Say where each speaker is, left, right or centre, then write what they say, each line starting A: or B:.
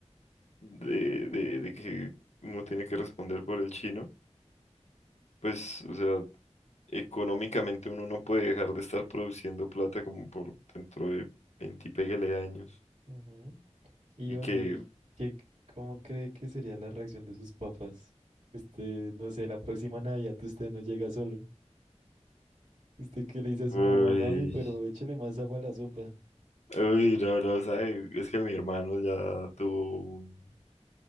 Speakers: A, on the left (about 70°); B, on the right (about 85°).
A: de, de, de que uno tiene que responder por el chino, pues, o sea, económicamente uno no puede dejar de estar produciendo plata como por dentro de 20 y pégale años.
B: Ujú. Y
A: Y
B: bueno,
A: que,
B: ¿y qué, cómo cree que sería la reacción de sus papás? Usted, no sé, la próxima Navidad usted no llega solo. ¿Usted qué le dice a su
A: uy,
B: mamá, mami, pero échale más agua a la sopa?
A: uy, no, no, sabe, es que mi hermano ya tuvo un,